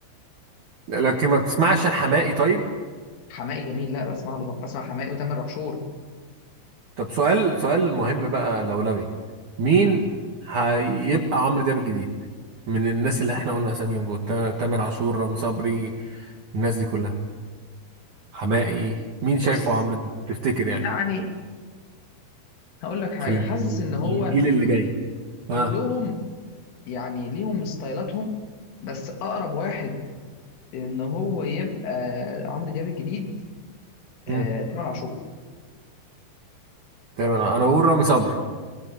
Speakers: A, on the right; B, on the left.
A: لكن ما بتسمعش الحماقي طيب
B: حماقي جميل لا بسمع له طب بسمع حماقي وتامر عاشور
A: طب سؤال سؤال مهم بقى لولبي مين
B: مم.
A: هيبقى عمرو دياب الجديد من الناس اللي احنا قلنا اساميهم دول تا- تامر عاشور رامي صبري الناس دي كلها حمائي مين شايفه
B: بص
A: عمرو دياب تفتكر يعني
B: يعني هقول لك حاجه
A: في ال-
B: حاسس ان
A: في
B: هو
A: الجيل اللي جاي
B: كلهم
A: اه
B: يعني ليهم ستايلاتهم بس اقرب واحد ان هو يبقى عمرو دياب الجديد آه،
A: امم
B: تامر عاشور
A: تمام انا أنا بقول رامي صبري